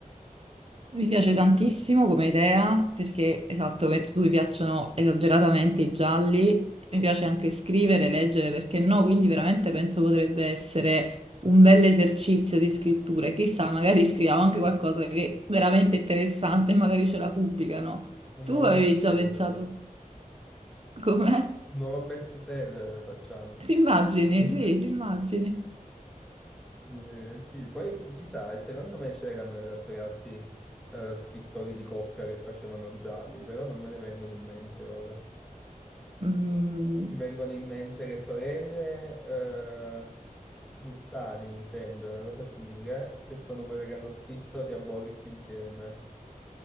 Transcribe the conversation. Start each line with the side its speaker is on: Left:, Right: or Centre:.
Right: Mi piace tantissimo come idea perché, esatto, come hai detto tu mi piacciono esageratamente i gialli, mi piace anche scrivere, leggere, perché no? Quindi veramente penso potrebbe essere un bel esercizio di scrittura. E Chissà, magari scriviamo anche qualcosa che è veramente interessante e magari ce la pubblicano.
Centre: Un
Right: Tu
Centre: nuovo
Right: avevi
Centre: bestseller,
Right: già pensato com'è?
Centre: un nuovo bestseller facciamo.
Right: <laughs> Ti immagini,
Centre: <laughs>
Right: sì, ti immagini.
Centre: Eh, sì, poi chissà, secondo me c'erano nella storia arti eh, scrittori di coppia che facevano gialli, però non me ne vengono in mente ora.
Right: Mm,
Centre: Mi vengono in mente le sorelle, eh, Guzzani, mi sembra, una cosa simile, che sono quelle che hanno scritto Diabolic insieme.